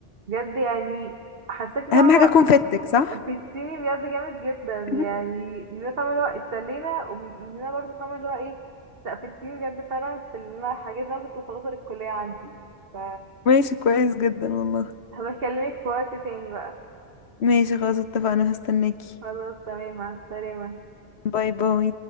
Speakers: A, on the right; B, on the left.
A: بجد يعني حاساكي فاهمة
B: أهم حاجة أكون فيتك صح
A: فدتيني بجد جامد جدا يعني
B: <laughs>
A: مننا فاهمة اللي هو اتسلينا ومننا برضه فاهمة اللي هو ايه لا فدتيني بجد فعلا في اللي انا حاجات اللي انا كنت مخلصة للكلية عندي ف
B: ماشي كويس جدا والله
A: هبكلمك في وقت تاني بقى
B: ماشي خلاص اتفقنا هستناكي
A: خلاص تمام مع السلامة
B: باي باي